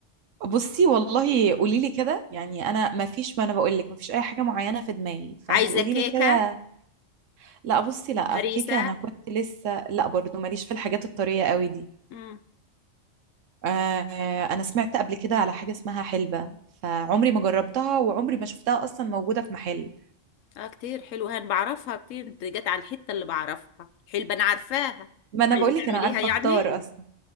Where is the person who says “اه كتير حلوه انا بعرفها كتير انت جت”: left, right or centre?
Left